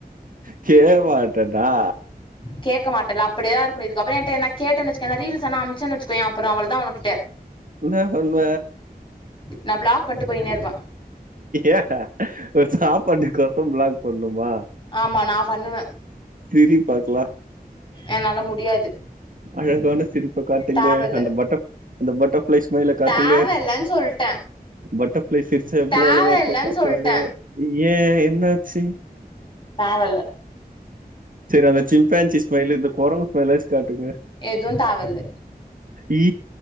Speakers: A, on the right; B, on the left.
A: கே மாட்டடா
B: கேக்க மாட்டல்ல அப்டியேதா இருக்கனு இதுக்கப்பறோ என்ட எதனா கேட்டன் வச்சுகயே நா ரீல்ஸ் என்னா அமுச்சன் வச்சுக்கோயே அப்புறோ அவள்தா உனகிட்ட
A: என்ன பண்வ
B: நா பிளாக் பண்ட்டு போய்னே இருப்பே
A: ஏன் ஒரு சாப்பாட்டுக் கோசோ பிளாக் பண்ணுமா
B: ஆமா நா பண்ணுவ
A: சிரி பாக்லா
B: என்னால முடியாது
A: அழகான சிரிப்ப காட்டுங்க
B: தேவல்ல
A: அந்த பட்ட அந்த பட்டர்ஃப்ளை ஸ்மைல காட்டுங்க
B: தேவல்லன்னு சொல்ட்டே
A: பட்ட சிரிச்சா எவ்ளோ
B: தேவ
A: அழகா இருக்கு
B: இல்லன்னு
A: காட்டுங்க
B: சொல்ட்டே
A: ஏன் என்னாச்சு
B: தேவல்ல
A: செரி அந்த சிம்பேன்சி ஸ்மைலு இந்த குரங்கு ஸ்மைல்லாச்சு காட்டுங்க
B: எதுந் தேவல்ல
A: ஈ